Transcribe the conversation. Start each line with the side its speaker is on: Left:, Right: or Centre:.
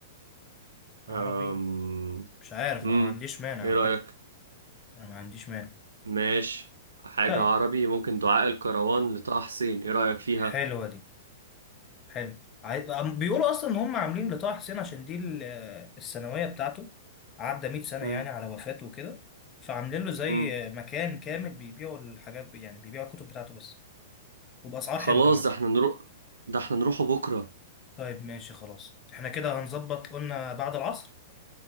Left: عربي
Right: أم...
Left: مش عارف
Right: مم.
Left: انا ما عنديش مانع
Right: ايه
Left: على
Right: رأيك
Left: فكره انا ما عنديش مانع
Right: ماشي حاجة
Left: طيب
Right: عربي ممكن دعاء الكروان لطه حسين ايه رأيك فيها
Left: حلوه دي حلو عايز... أم- بيقولوا اصلا ان هم عاملين لطه حسين عشان دي ال- السنويه بتاعته عدى 100 سنه
Right: مم.
Left: يعني على وفاته وكده فعاملين له زي
Right: مم.
Left: مكان كامل بيبيعوا الحاجات يعني بيبيعوا الكتب بتاعته بس وباسعار
Right: خلاص
Left: حلوه كمان
Right: ده احنا نروح ده احنا نروحه بكرة
Left: طيب ماشي خلاص احنا كده هنظبط قلنا بعد العصر